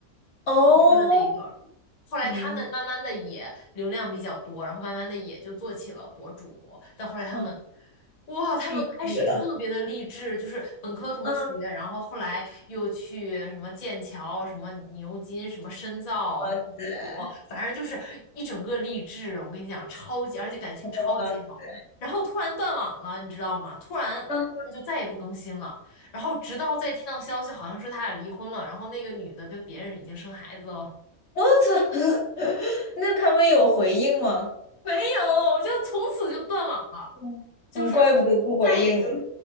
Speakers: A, on the left; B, on the left.
A: 哦，
B: 车的那一对儿。后来他们慢慢的也流量比较多，
A: 明白
B: 然后慢慢的也就做起了博主。但后来他们，
A: 啊，
B: 哇，他们开始特别的励志，
A: 毕业了。
B: 就是本科同学，
A: 嗯，
B: 然后后来又去什么剑桥、什么牛津、什么深造、
A: 哇塞，
B: 什么读博，反正就是一整个励志。我跟你讲，超级，而且感情超级好。
A: 哇塞，
B: 然后突然断网了，你知道吗？突然就再也不更新了。
A: 嗯，
B: 然后直到再听到消息，好像说他俩离婚了，然后那个女的跟别人已经生孩子了，
A: 我操，<laughs> 那他们有回应吗？
B: 没有，就从此就断网了，
A: 嗯嗯，
B: 就是
A: 怪不得不回应呢
B: 再也就